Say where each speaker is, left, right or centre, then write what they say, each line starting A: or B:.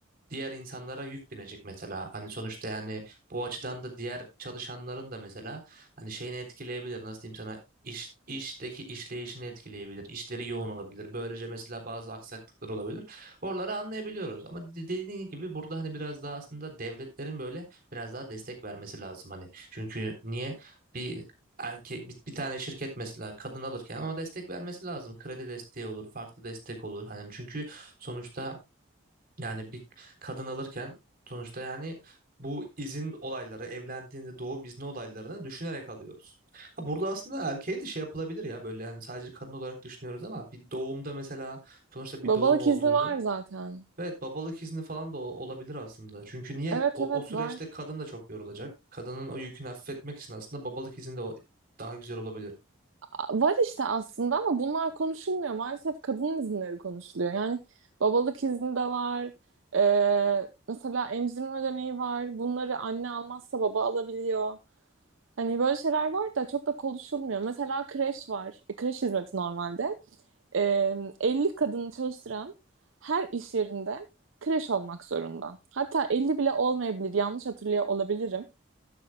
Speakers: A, on the right; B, on the right.
A: diğer insanlara yük binecek mesela. Hani sonuçta yani bu açıdan da diğer çalışanların da mesela hani şeyini etkileyebilir. Nasıl diyeyim sana iş işteki işleyişini etkileyebilir. İşleri yoğun olabilir. Böylece mesela bazı aksaklıklar olabilir. Oraları anlayabiliyoruz. Ama de- dediğin gibi burada hani biraz daha aslında devletlerin böyle biraz daha destek vermesi lazım hani. Çünkü niye bir erkek bir, bir tane şirket mesela kadın alırken ama destek vermesi lazım. Kredi desteği olur, farklı destek olur. Hani çünkü sonuçta yani bir kadın alırken sonuçta yani bu izin olayları, evlendiğinde doğum izni olaylarını düşünerek alıyoruz. Ha burada aslında erkeğe de şey yapılabilir ya böyle hani sadece kadın olarak düşünüyoruz ama bir doğumda mesela sonuçta bir
B: Babalık
A: doğum olduğunda
B: izni var zaten.
A: Evet babalık izni falan da o- olabilir aslında. Çünkü niye
B: Evet
A: o,
B: evet
A: o süreçte
B: var.
A: kadın da çok yorulacak. Kadının o yükünü hafifletmek için aslında babalık izni de o- daha güzel olabilir.
B: A- Var işte aslında ama bunlar konuşulmuyor. Maalesef kadın izinleri konuşuluyor. Yani babalık izni de var. Ee, mesela emzirme ödeneği var. Bunları anne almazsa baba alabiliyor. Hani böyle şeyler var da çok da konuşulmuyor. Mesela kreş var. E, kreş hizmeti normalde. Ee, 50 kadını çalıştıran her iş yerinde kreş olmak zorunda. Hatta 50 bile olmayabilir. Yanlış hatırlıyor olabilirim.